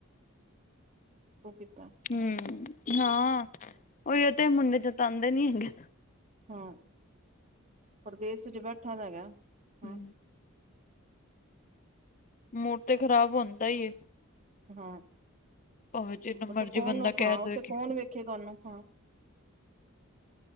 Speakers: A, on the right; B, on the left.
A: ਉਹ ਕੀਤਾ
B: ਹੂੰ, ਹਾਂ, ਉਹੀਓ ਤੇ ਮੁੰਡੇ ਜਤਾਂਦੇ ਨੀ ਹੈਗੇ।
A: ਹਾਂ, ਪਰਦੇਸ'ਚ ਬੈਠਾ ਦਾ ਹੈਗਾ। ਹਾਂ
B: ਹੂੰ। ਮੋੜ ਤੇ ਖ਼ਰਾਬ ਹੋਂਦਾ ਏ।
A: ਹਾਂ,
B: ਭਾਵੇਂ ਜਿੰਨਾ ਮਰਜੀ
A: ਉੱਥੇ ਕੌਣ,
B: ਬੰਦਾ ਕਹਿ
A: ਖਾਂ ਉੱਥੇ
B: ਦੇਵੇ ਕਿ
A: ਕੌਣ ਵੇਖੇਗਾ ਓਹਨੁੰ, ਹਾਂ।